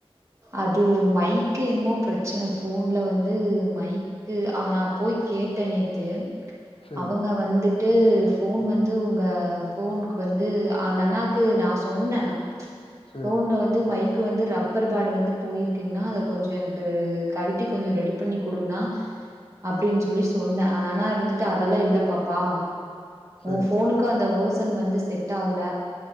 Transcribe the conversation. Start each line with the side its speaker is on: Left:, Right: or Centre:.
Right: அது மைக்கு என்னமோ பிரச்சன ஃபோன்ல வந்து மைக் கு அவ நா போய் கேட்ட நேத்து
Left: சரிங்க,
Right: அவங்க வந்துட் டு ஃபோன் வந்து உங்க ஃபோனுக்கு வந்து அந்த அண்ணாக்கு நா சொன்ன
Left: சரிங்க,
Right: ஃபோன்ல வந்து மைக் வந்து ரப்பர் பேடு வந்து போயிருக்குங்கன்னா அத கொஞ்சோ எனக்கு கழட்டி கொஞ்சோ ரெடி பண்ணி குடுங்கண்ணா அப்டின்னு சொல்லி சொன்னே அந்த அண்ணா இருந்துட்டு அதெல்லா இல்ல பாப்பா
Left: சரிங்க,
Right: உ ஃபோனுக்கு அந்த வெர்சன் வந்து செட் ஆகல